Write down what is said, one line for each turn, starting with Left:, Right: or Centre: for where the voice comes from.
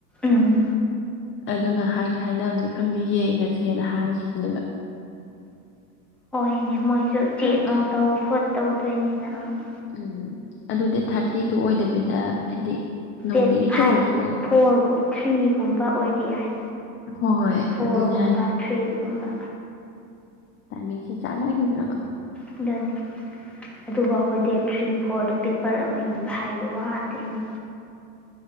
Centre: ꯎꯝ
Left: ꯑꯗꯨꯅ ꯍꯥꯏꯗꯤ ꯍꯥꯏꯅꯅꯤ ꯈꯪꯕꯤ ꯌꯦꯡꯉꯁꯤꯦꯅ ꯍꯥꯏꯈꯤꯕꯅꯦꯕ
Centre: ꯃꯣꯏ ꯁ ꯆꯦꯛ
Left: ꯈꯪꯗꯦ
Centre: ꯅꯨꯡ ꯇꯧ ꯈꯣꯠ ꯇꯧꯗꯣꯏꯅꯤꯅ ꯑꯃꯨꯛ
Left: ꯎꯝ ꯑꯗꯨꯗꯤ ꯊꯥꯔꯇꯤꯗꯨ ꯑꯣꯏꯗꯃꯤꯅ ꯍꯥꯏꯗꯤ ꯅꯣꯡ
Centre: ꯑꯦꯠ
Left: ꯅꯤꯅꯤꯇ
Centre: ꯐꯥꯏꯚ
Left: ꯑꯣꯏꯔꯁꯨ
Centre: ꯐꯣꯔ ꯊ꯭ꯔꯤꯒꯨꯝꯕ ꯑꯣꯏꯕ ꯌꯥꯏ
Left: ꯍꯣꯏ
Centre: ꯐꯣꯔꯒꯨꯝꯕ
Left: ꯑꯗꯨꯅꯦ
Centre: ꯊ꯭ꯔꯤꯒꯨꯝꯕ
Left: ꯇꯃꯤꯁ ꯆꯥꯒꯗ꯭ꯔꯕ
Centre: ꯑꯗꯨꯣꯏꯅꯤ ꯑꯗꯨꯐꯥꯎꯕ ꯗꯦꯠ ꯊ꯭ꯔꯤ ꯐꯣꯔꯗ ꯄꯦꯄꯔ ꯑꯃ ꯏꯕ ꯍꯥꯏꯕ ꯋꯥꯗꯣꯏꯅꯤ